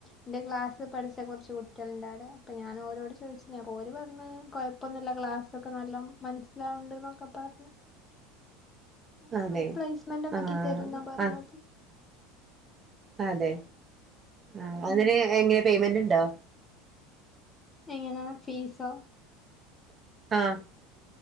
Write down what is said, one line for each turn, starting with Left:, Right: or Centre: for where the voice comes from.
Left: എന്റെ ക്ലാസ്സിൽ പഠിച്ച കുറച്ച് കുട്ടിള് ഉണ്ടാവിടെ. ഇപ്പൊ ഞാനോരോട് ചോദിച്ചു അപ്പൊ ഒല് പറഞ്ഞ് കുഴപ്പൊന്നുമില്ല ക്ലാസ്സൊക്കെ നല്ല മനസ്സിലാവണ്ട എന്നൊക്കെ പറഞ് അങ്ങനെ
Right: അതെ
Left: ഒരു പ്ലേസ്മെന്റ് ഒക്കെ
Right: ആഹ്
Left: ആക്കി തരുന്ന പറഞ്ഞത്.
Right: ആഹ് അതെ ആഹ അതിന്
Left: ഉം
Right: എങ്ങനെ പേയ്മെന്റ് ഉണ്ടോ?
Left: എങ്ങനാ ഫീസോ?
Right: ആഹ്